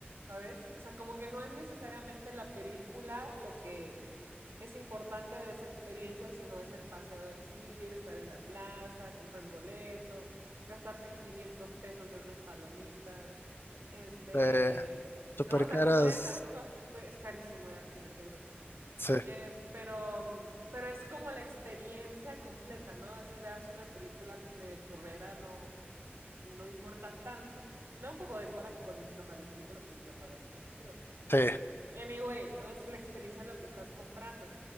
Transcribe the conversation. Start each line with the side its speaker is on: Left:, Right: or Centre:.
Right: ¿sabes? O sea, como que no es necesariamente la película lo que es importante de esa experiencia, sino es el paseo, es ir, estar en la plaza, comprar el boleto, gastarte 500 pesos en unas palomitas, este,
Left: eh, super
Right: no, o
Left: caras.
Right: sea, como esas cosas, güey, es carísimo ir al cine, qué bruto.
Left: Sí,
Right: Eh, pero, mm, pero es como la experiencia completa, ¿no? Así veas una película pues medio churrera, no, no importa tanto. Da un poco de coraje cuando es una mala película porque la pagaste, ¿no? Pero,
Left: sí.
Right: anyway, ¿no? Es la experiencia lo que estás comprando.